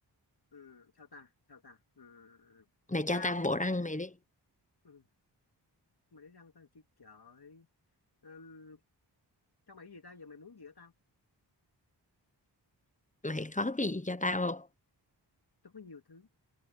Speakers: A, on the left; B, on the left.
A: ừ, sao ta sao ta ừ,
B: Mày cho
A: tao
B: tao bộ răng mày đi.
A: ừ, mày để răng tao chi trời Ừm, cho mày cái gì tao giờ mày muốn gì ở tao
B: Mày có cái gì cho tao không?
A: tôi có nhiều thứ